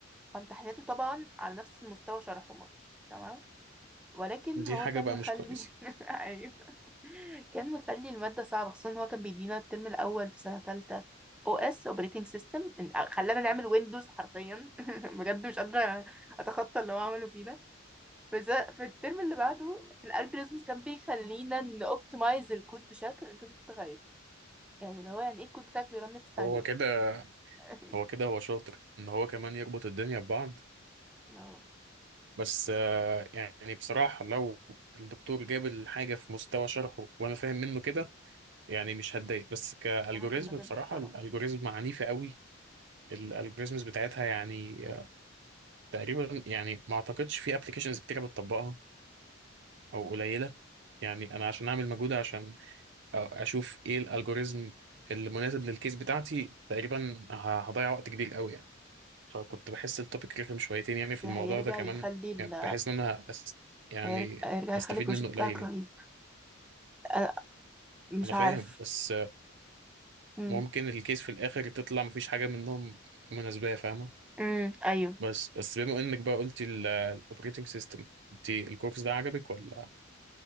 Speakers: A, in the centre; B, on the right.
A: فامتحاناته طبعا على نفس مستوى شرحه تمام ولكن
B: دي
A: هو
B: حاجة
A: كان
B: بقى
A: مخلي
B: مش كويسة
A: <laughs> ايوه كان مخلي المادة صعبة خصوصا ان هو كان بيدينا الترم الاول في سنة تالتة او اس اوبريتنج سيستم خلانا نعمل ويندوز حرفيا <laughs> بجد مش قادرة اتخطى اللي هو عمله فينا في ز- في الترم اللي بعده في الالجوريزمز كان بيخلينا نوبتمايز الكود بشكل انت مش متخيل يعني اللي هو يعني ايه الكود بتاعك بيرن في ثانية
B: هو كده
A: <laughs>
B: هو كده هو شاطر ان هو كمان يربط الدنيا ببعض
A: اه
B: بس آه، يعني بصراحة لو الدكتور جاب الحاجة في مستوى شرحه وانا فاهم منه كده يعني مش هتضايق بس كالجوريزم
A: بصراحة كان راجل
B: بصراحة
A: محترم
B: الالجوريزم عنيفة قوي الالجوريزمز بتاعتها يعني آه، تقريبا يعني ما اعتقدش في ابلكيشنز كتيرة بتطبقها او قليلة يعني انا عشان اعمل مجهود عشان آه، اشوف ايه الالجوريزم اللي مناسب للكيس بتاعتي تقريبا ه- هضيع وقت كبير قوي يعني فكنت بحس التوبيك رخم شويتين يعني
A: بس
B: في
A: هيرجع
B: الموضوع ده كمان
A: يخلي ال...
B: يعني بحس ان انا أس... يعني
A: هيرجع, هيرجع
B: استفيد
A: يخلي البروجكت
B: منه قليل
A: بتاعك
B: يعني.
A: رهيب أنا مش
B: انا فاهم
A: عارف
B: بس آه،
A: مم.
B: ممكن الكيس في الاخر تطلع مفيش حاجه منهم مناسبه فاهمه
A: امم ايوه
B: بس بس بما انك بقى قلتي الاوبريتنج سيستم انت الكورس ده عجبك ولا